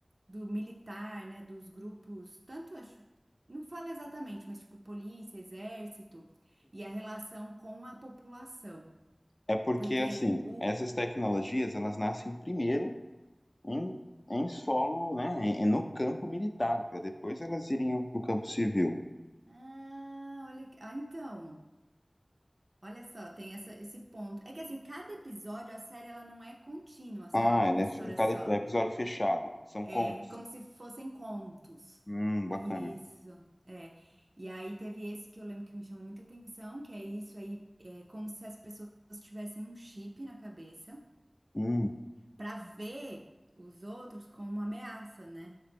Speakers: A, on the right; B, on the left.
A: do militar, né? Dos grupos, tanto acho. Não fala exatamente, mas tipo polícia, exército, e a relação com a população.
B: É porque,
A: Porque
B: assim,
A: o.
B: essas tecnologias, elas nascem primeiro em, em solo, né, em- no campo militar, para depois elas irem para o campo civil.
A: Ah, olha. que- Ah, então. Olha só, tem essa, esse ponto. É que assim, cada episódio, a série, ela não é contínua, sabe?
B: Ah,
A: De
B: é,
A: uma
B: né,
A: história
B: f- cada
A: só.
B: episódio fechado, são
A: É
B: contos.
A: como se fossem contos.
B: Hum, bacana.
A: Isso, é. E aí teve esse que eu lembro que me chamou muita atenção, que é isso aí, é como se as pessoas tivessem um chip na cabeça
B: Hum,
A: pra ver os outros como uma ameaça, né?